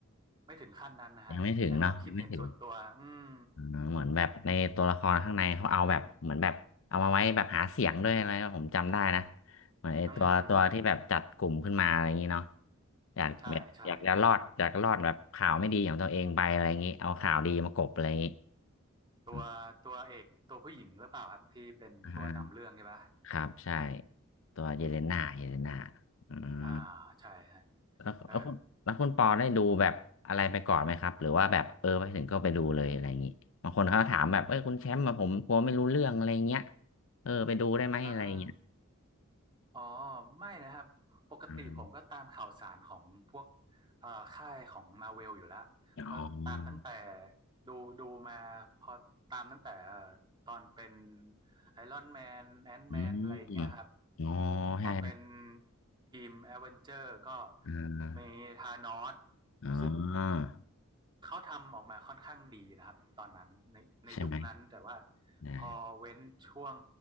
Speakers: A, on the right (about 20°); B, on the left (about 65°).
A: ไม่ถึงขั้นนั้นนะฮะในความคิดเห็นส่วนตัวอืม
B: ยังไม่ถึงเนาะยังไม่ถึง อ่าเหมือนแบบในตัวละครข้างในเขาเอาแบบเหมือนแบบเอามาไว้แบบหาเสียงด้วยอะไรผมจำได้นะเหมือนไอ้ตัวตัวที่แบบจัดกลุ่มขึ้นมาอะไรอย่างนี้เนาะ
A: อืม
B: อยากแบบอยากจะรอดอยากรอดแบบข่าวไม่ดีของตัวเองไปอะไรอย่างนี้เอาข่าวดีมากลบอะไรอย่างนี้
A: ใช่ใช่ ตัวตัวเอกตัวผู้หญิงหรือเปล่าครับที่เป็นตัวนำเรื่องใช่ปะ
B: อมอ่าครับใช่ตัวเยเลน่าเยเลน่า
A: อืม
B: อืม
A: อ่าใช่ใช่
B: แล้วแล้วคุณแล้วคุณปอได้ดูแบบอะไรไปก่อนไหมครับหรือว่าแบบเออไปถึงก็ไปดูเลยอะไรอย่างนี้บางคนเขาถามแบบเอ้ยคุณแชมป์มาผมกลัวไม่รู้เรื่องอะไรเงี้ย
A: เออเอ๊ะ
B: เออไปดูได้ไหมอะไรเงี้ย
A: เอออ๋อไม่นะครับปกติผมก็ตามข่าวสารของพวก
B: อา
A: เอ่อค่ายของมาเวลอยู่แล้ว
B: อ๋อ
A: ก็ตามตั้งแต่ดูดูมาพอตามตั้งแต่เอ่อตอนเป็นไอรอนแมนแอน m ์แมนอะไรอย่างเงี้ยครับ
B: อืมอ๋อ
A: พอเป็น
B: ใช่
A: ทีมแอดเวนเจอร์ก็
B: อ่า
A: มีธานอส
B: อ๋อ
A: ซึ่งเขาทำออกมาค่อนข้างดีนะครับตอนนั้นในในยุคนั้นแต่ว่า
B: ใช่ไหมได้
A: พอเว้นช่วง